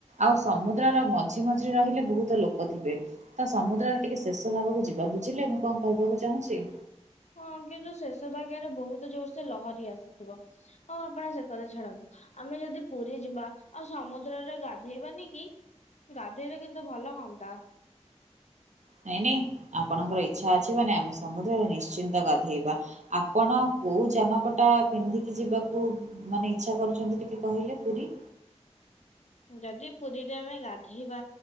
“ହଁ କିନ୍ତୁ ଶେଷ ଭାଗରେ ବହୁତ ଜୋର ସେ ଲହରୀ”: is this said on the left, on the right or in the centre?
Left